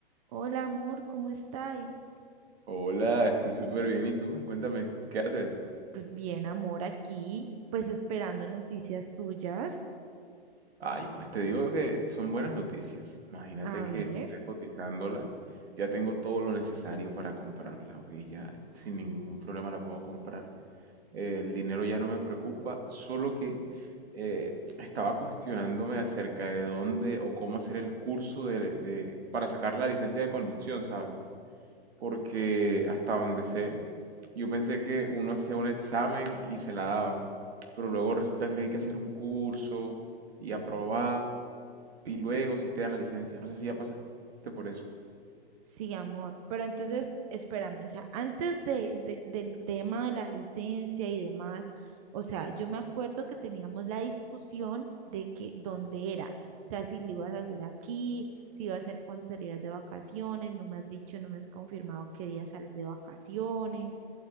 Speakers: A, on the right (about 35°); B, on the right (about 80°).
A: Hola amor, ¿cómo estáis?
B: Hola, estoy súper bien. ¿Y tú? Cuéntame, ¿qué haces?
A: Pues bien, amor, aquí, pues esperando noticias tuyas.
B: Ay, pues te digo que son buenas noticias. Imagínate
A: A
B: que
A: ver,
B: estoy cotizándola. Ya tengo todo lo necesario para comprarla, ¿ok? Ya sin ningún problema la puedo comprar. Eh, el dinero ya no me preocupa, solo que eh, estaba cuestionándome acerca de dónde o cómo hacer el curso de, de- para sacar la licencia de conducción, ¿sabes? porque hasta donde sé, yo pensé que uno hacía un examen y se la daban, pero luego resulta que hay que hacer un curso y aprobar y luego si te dan la licencia. No sé si ya pasaste por eso.
A: sí, amor, pero entonces espérame, o sea, antes de, de- del tema de la licencia y demás, o sea, yo me acuerdo que teníamos la discusión de que dónde era, o sea, si lo ibas a hacer aquí, si iba a ser cuando salieras de vacaciones, no me has dicho, no me has confirmado qué día sales de vacaciones.